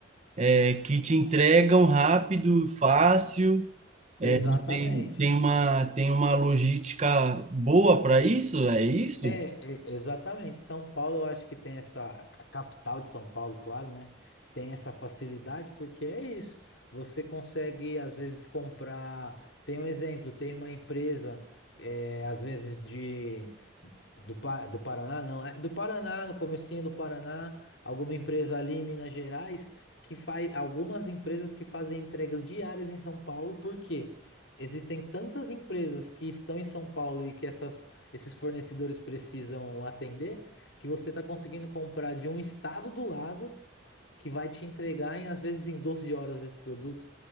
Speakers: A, on the right; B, on the left.
A: é, que te entregam rápido, fácil, é,
B: Exatamente.
A: não tem, tem uma, tem uma logística boa para isso, é isso?
B: É, é, exatamente. São Paulo, eu acho que tem essa. A capital de São Paulo, claro, né? Tem essa facilidade, porque é isso. Você consegue, às vezes, comprar. Tem um exemplo, tem uma empresa, é, às vezes, de. Do, Pa- do Paraná, não. É do Paraná, no comecinho do Paraná, alguma empresa ali em Minas Gerais que faz. Algumas empresas que fazem entregas diárias em São Paulo, por quê? Existem tantas empresas que estão em São Paulo e que essas esses fornecedores precisam atender, que você está conseguindo comprar de um estado do lado que vai te entregar em, às vezes em 12 horas esse produto.